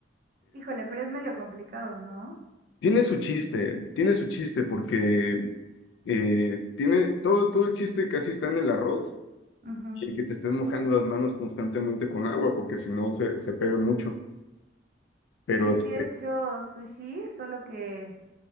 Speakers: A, on the right; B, on the left.
A: Híjole, pero es medio complicado, ¿no?
B: Tiene su chiste, tiene su chiste porque eh, tiene todo, todo el chiste casi está en el arroz
A: Ujú.
B: y que te estés mojando las manos constantemente con agua porque si no se, se pega mucho. Pero
A: Sí, sí
B: este,
A: he hecho sushi, solo que